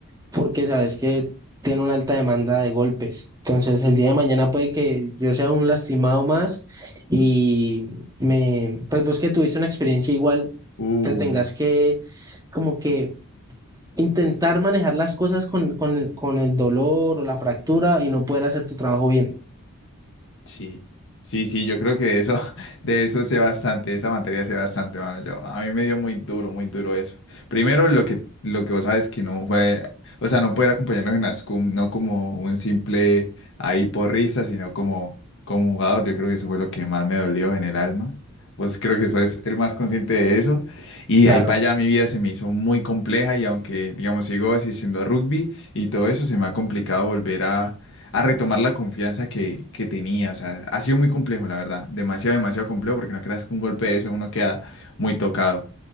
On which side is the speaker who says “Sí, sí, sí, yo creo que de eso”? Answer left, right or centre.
Left